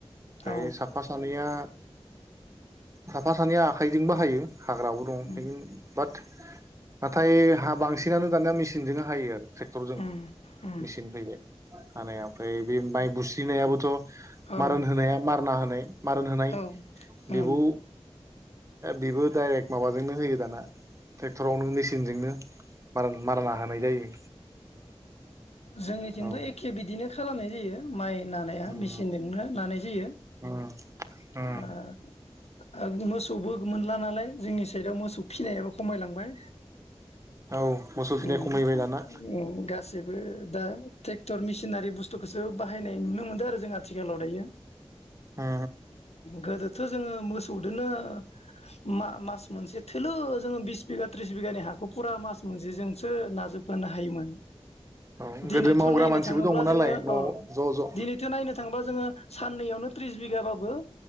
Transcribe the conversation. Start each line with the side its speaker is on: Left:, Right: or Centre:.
Right: बे
Left: औ
Right: सात नैया साफा सानैया आखाइजोंबो हायो। हाग्राबो दं
Left: उम
Right: <unintelligible> बाट नाथाय हा बांसिनानो दानिया मेसिनजों हायो आरो। ट्रेक्टरजों
Left: उम उम
Right: मेचिन फैबाय। <unintelligible> हानाया ओमफ्राय बे माइ बुस्रिनायाबोथ'
Left: औ
Right: मारोन होनाया मा खोना होनाय। मारोन होनाय
Left: औ
Right: बेबो।
Left: उम
Right: बेबो डायरेक्ट माबाजोंनो होयो दाना ट्रेक्टरावनो मेसिनजोंनो मारा नाहोनाय जायो।
Left: जोंनिथिंथ'
Right: औ
Left: एखे बिदिनो खालामनाय जायो। माइ नानाया
Right: उम
Left: मेचिनजोंनो नानाय जायो
Right: उम उम
Left: ओ मोसौबो। मोनला नालाय जोंनि साइदआव मोसौ फिनायाबो खमायलांबाय।
Right: औ मोसौ
Left: उम
Right: फिनाया खमायबाय दाना।
Left: <unintelligible> गासैबो दा ट्रेक्टर मिसिनारि बुस्थुखौसो बाहायनाय नुनो मोनदों आरो जों आथिखालाव दायो।
Right: उम
Left: गोदोथ' जोङो मोसौ <unintelligible> मा-मास मोनसे थोलो जोङो बिस बिगा त्रिस बिगानि हाखौ फुरा मास मोनसेजोंसो नाजोब होनो हायोमोन
Right: औ गोदो
Left: दिनैथ'
Right: मावग्रा
Left: नायनो
Right: मानसिबो
Left: थाङोब्ला
Right: दंमोन नालाय
Left: जोङो
Right: न'
Left: अ
Right: ज' ज'
Left: दिनैथ' नायनो थाङोब्ला जोङो साननैयावनो त्रिस बिगाबाबो